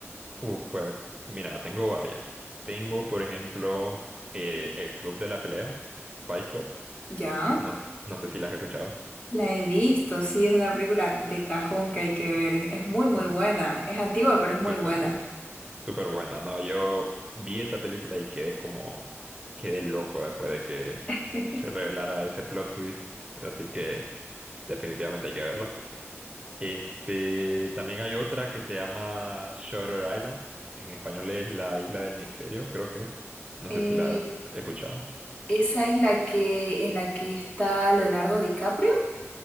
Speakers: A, on the right; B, on the left.
A: Uf, pues mira, tengo varias. Tengo, por ejemplo, eh, El Club de la Pelea, Fight Club,
B: ¿Ya?
A: no, sé- no sé si la has escuchado.
B: La he visto, sí, es una película de cajón que hay que ver. Es muy, muy
A: De-
B: buena. Es antigua, pero es muy
A: Súper
B: buena.
A: bueno. Súper buena, no, yo vi esa película y quedé como, quedé loco después de que
B: <laughs>
A: se revelara ese plot twist, así que definitivamente hay que verla. Este, también hay otra que se llama Shutter Island, que en español es la Isla del Misterio, creo que es. No
B: Eh,
A: sé si la has escuchado.
B: esa es la que en la que está Leonardo DiCaprio.